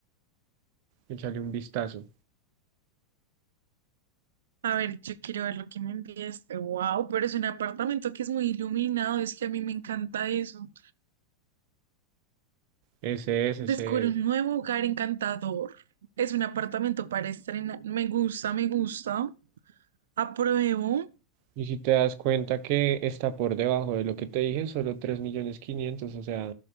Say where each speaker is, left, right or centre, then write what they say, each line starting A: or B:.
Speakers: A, on the right; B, on the right.
A: Échale un vistazo.
B: A ver, yo quiero ver lo que me enviaste. Wow, pero es un apartamento que es muy iluminado, es que a mí me encanta eso.
A: Ese es, ese
B: Descubre un
A: es.
B: nuevo hogar encantador. Es un apartamento para estrenar. Me gusta, me gusta. Apruebo.
A: Y si te das cuenta que está por debajo de lo que te dije, solo 3 millones 500, o sea,